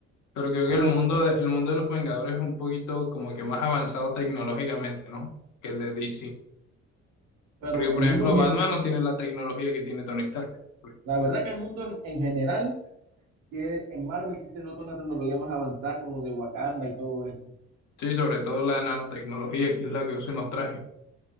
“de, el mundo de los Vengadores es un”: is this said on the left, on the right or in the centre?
Left